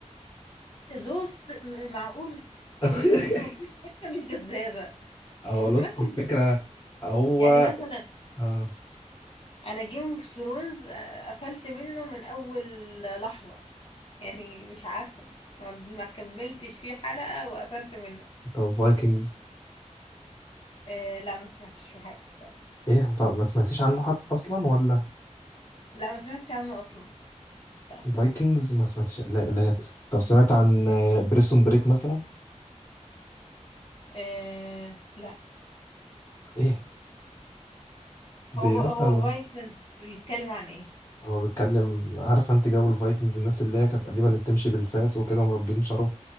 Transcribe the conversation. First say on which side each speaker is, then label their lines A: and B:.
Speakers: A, on the left (about 45°); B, on the left (about 25°).
A: لوست معقول
B: <laughs>
A: يعني لوست مفيش حتة مش جذابة
B: هو
A: مش فاهماكم
B: لوست الفكره
A: بسرعة
B: هو
A: يعني مثلا
B: اه
A: انا جيم اوف ثرونز قفلت منه من اول لحظة يعني مش عارفة ما ما كملتش فيه حلقة وقفلت منه
B: طب فايكنجز
A: آه لا ما سمعتش فيه حاجة بصراحة
B: ايه طب ما سمعتيش عنه حد اصلا ولا
A: لا ما سمعتش عنه اصلا مش عارفة.
B: فايكنجز ما سمعتيش لا لا طب سمعت عن بريسون بريك مثلا
A: آه لا
B: ايه دي
A: هو
B: اصلا
A: هو فايكنز بيتكلم عن ايه
B: هو بيتكلم عارف انت جو الفايكنجز الناس اللي هي كانت قديمه اللي بتمشي بالفاس وكده ومربين شعرهم